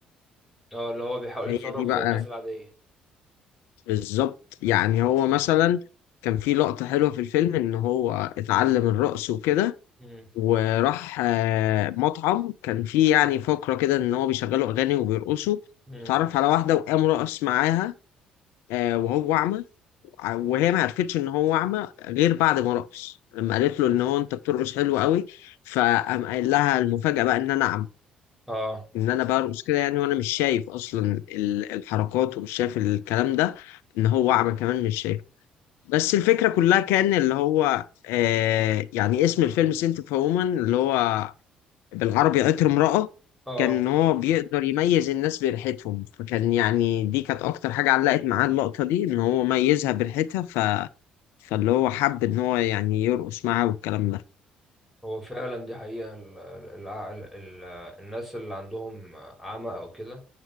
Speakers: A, in the centre; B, on the left.
A: اه اللي هو بيحاول
B: هي
A: يتصرف
B: دي بقى
A: زي الناس العادية
B: بالظبط يعني هو مثلا كان في لقطة حلوة في الفيلم ان هو اتعلم الرقص وكده
A: مم.
B: وراح آه، مطعم كان فيه يعني فقرة كده ان هو بيشغلوا اغاني وبيرقصوا
A: مم.
B: اتعرف على واحدة وقام رقص معاها آه، وهو اعمى ع- وهي ما عرفتش ان هو اعمى غير بعد ما رقص لما قالت له ان هو انت بترقص حلو قوي فقام قايل لها المفاجأة بقى ان انا اعمى
A: اه
B: ان انا برقص كده يعني وانا مش شايف اصلا ال- الحركات ومش شايف الكلام ده ان هو اعمى كمان مش شايف بس الفكرة كلها كان اللي هو آه يعني اسم الفيلم سنت اوف وومن اللي هو بالعربي عطر امرأة
A: اه
B: كان إن هو بيقدر يميز الناس بريحتهم فكان يعني دي كانت أكتر حاجة علقت معاه اللقطة دي إن هو ميزها بريحتها ف... فاللي هو حب إن هو يعني يرقص معاها والكلام ده
A: هو فعلا دي حقيقة ال ال ال ال الناس اللي عندهم عمى او كده